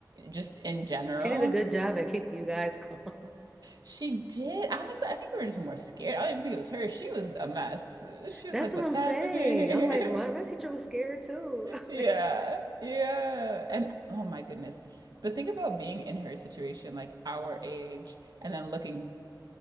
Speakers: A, on the right; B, in the centre.
A: just in general.
B: she did a good job at keeping you guys calm. <laughs>
A: She did. Honestly, I think we were just more scared. I don't even think it was her. She was a mess. She was
B: That's
A: like,
B: what
A: what's
B: I'm
A: happening?
B: saying. I'm like, my
A: <laughs>
B: my teacher was scared too. <laughs> I'm
A: Yeah,
B: like,
A: yeah. And oh my goodness. But think about being in her situation, like our age, and then looking